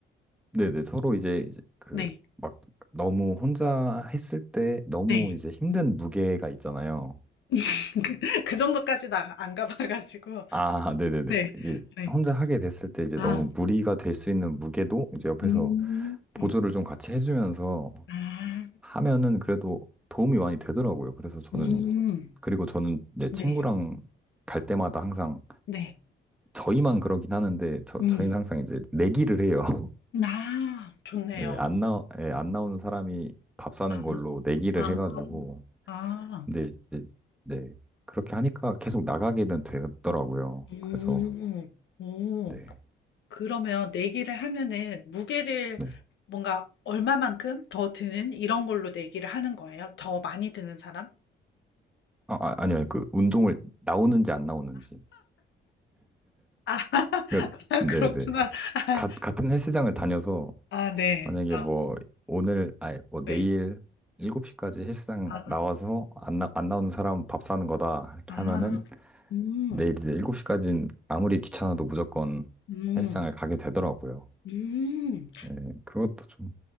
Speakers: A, in the centre; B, on the left.
A: 네네, 서로 이제, 이제 그,
B: 네,
A: 막, 너무 혼자 했을 때 너무
B: 네,
A: 이제 힘든 무게가 있잖아요.
B: <laughs> 그 정도까지는 안, 안 가봐가지고.
A: 아, 네네네.
B: 네,
A: 이게
B: 네.
A: 혼자 하게 됐을 때 이제
B: 아,
A: 너무 무리가 될 수 있는 무게도 이제 옆에서
B: 음,
A: 보조를
B: 음,
A: 좀 같이 해주면서
B: 아,
A: 하면은 그래도 도움이 많이 되더라고요. 그래서 저는,
B: 음,
A: 그리고 저는 이제 친구랑
B: 네,
A: 갈 때마다 항상
B: 네,
A: 저희만 그러긴 하는데 저,
B: 음,
A: 저희는 항상 이제 내기를 해요. <laughs>
B: 아, 좋네요.
A: 네, 안 나, 예, 안 나오는 사람이 밥 사는
B: 아,
A: 걸로 내기를
B: 아,
A: 해가지고
B: 아,
A: 근데 이제 네 그렇게 하니까 계속 나가게는 되더라고요.
B: 음,
A: 그래서
B: 오.
A: 네,
B: 그러면 내기를 하면은 무게를
A: 네.
B: 뭔가 얼마만큼 더 드는 이런 걸로 내기를 하는 거예요? 더 많이 드는 사람?
A: 아, 아 아니요 그 운동을 나오는지 안 나오는지
B: 아, <laughs>
A: 그러니까 네네
B: 그렇구나. 아,
A: 가, 같은 헬스장을 다녀서
B: 아, 네.
A: 만약에
B: 아,
A: 뭐 오늘 아니 뭐 내일
B: 네.
A: 7시까지 헬스장
B: 아,
A: 나와서 안, 나, 안 나오는 사람 밥 사는 거다 이렇게
B: 아,
A: 하면은
B: 음,
A: 내일 이제 7시까지는 아무리 귀찮아도 무조건
B: 음,
A: 헬스장을 가게 되더라고요.
B: 음.
A: 네 그것도 좀